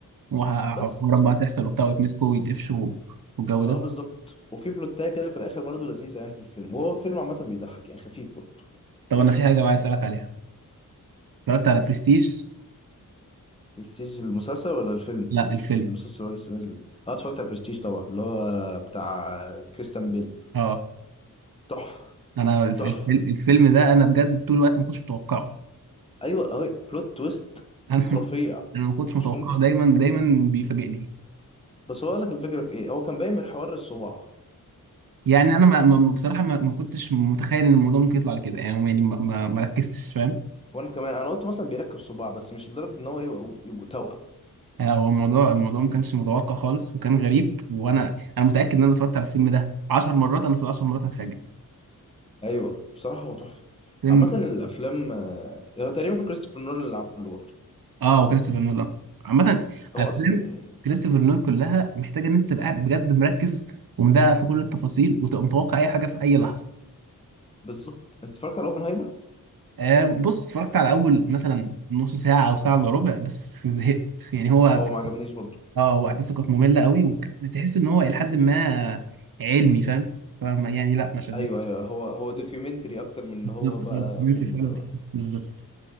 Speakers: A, on the right; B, on the left.
A: وحوارات
B: بس و...
A: بقى تحصل وبتاع ويتمسكوا ويتقفشوا والجو ده
B: اه بالظبط وفي بلوتاية كده في الآخر برضه لذيذة يعني في الفيلم وهو فيلم عامة بيضحك يعني خفيف برضه
A: طب انا في حاجة بقى عايز اسألك عليها اتفرجت على برستيج
B: برستيج المسلسل ولا الفيلم
A: لا الفيلم
B: المسلسل هو لسه نازل اه اتفرجت على برستيج طبعا اللي هو بتاع كريستيان بيل
A: اه
B: تحفة
A: انا الف-
B: تحفة
A: الف- الفيلم ده انا بجد طول الوقت ما كنتش متوقعه
B: ايوه اهو بلوت تويست
A: <laughs> انا
B: خرافية
A: انا ما كنتش متوقعه
B: مش ممكن
A: دايما دايما بيفاجئني
B: بس هو قال لك الفكرة في ايه هو كان باين من حوار الصباع
A: يعني انا ما ما- بصراحه ما, ما كنتش متخيل ان الموضوع ممكن يطلع كده يعني يعني ما, ما ما ركزتش فاهم
B: وانا كمان انا قلت مثلا بيركب صباع بس مش لدرجة ان هو يبقوا يبقوا توأم
A: آه، هو الموضوع الموضوع ما كانش متوقع خالص وكان غريب وانا انا متاكد ان انا اتفرجت على الفيلم ده 10 مرات انا في العشر مرات هتفاجئ
B: ايوه بصراحة هو تحفة
A: فيلم
B: عامة الافلام آه، هو تقريبا كريستوفر نولان اللي عامله برضه
A: اه وكريستوفر نولان عامه
B: هو
A: الافلام
B: اصلا
A: كريستوفر نولان كلها محتاجه ان انت تبقى قاعد بجد مركز ومدقق في كل التفاصيل وتبقى متوقع اي حاجه في اي لحظه
B: بالظبط انت اتفرجت على اوبنهايمر
A: آه بص اتفرجت على اول مثلا نص ساعه او ساعه الا ربع بس زهقت يعني هو
B: هو ما عجبنيش برضه
A: اه واحداثه كانت ممله قوي وتحس ان هو الى حد ما علمي فاهم فما يعني لا ما شدنيش
B: ايوه ايوه هو هو دوكيومنتري اكتر من ان
A: بالظبط
B: هو بقى
A: هو الدوكيومنتري
B: فيلم
A: فعلا بالظبط